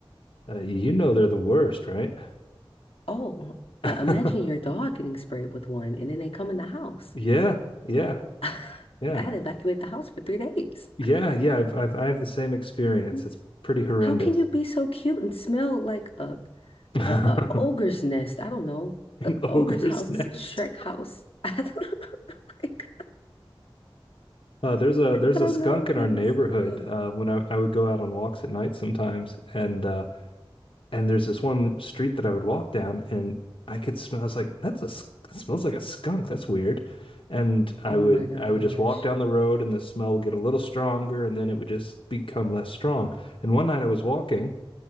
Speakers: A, on the left (about 65°); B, on the left (about 80°).
A: uh, you know they're the worst, right?
B: Oh,
A: <laughs>
B: uh, imagine your dog getting sprayed with one and then they come in the house.
A: Yeah, yeah,
B: <laughs> I
A: yeah,
B: had to evacuate the house for three days.
A: yeah, yeah. I've, I've I have the same experience.
B: <laughs>
A: It's pretty horrendous.
B: How can you be so cute and smell like a
A: <laughs>
B: a, a
A: An
B: ogre's nest? I don't know. A
A: ogre's
B: ogre's house,
A: nest.
B: Shrek house. <laughs> I don't know. <laughs> Like,
A: Uh, there's a there's
B: I don't
A: a skunk
B: know.
A: in
B: They
A: our neighborhood.
B: just, ugh.
A: Uh, when I, I would go out on walks at night sometimes, and uh, and there's this one street that I would walk down, and I could smell. I was like, that's a s- that smells like a skunk. That's weird. And I
B: Oh
A: would
B: my gosh.
A: I would just walk down the road, and the smell would get a little stronger, and then it would just become less strong. And one night I was walking,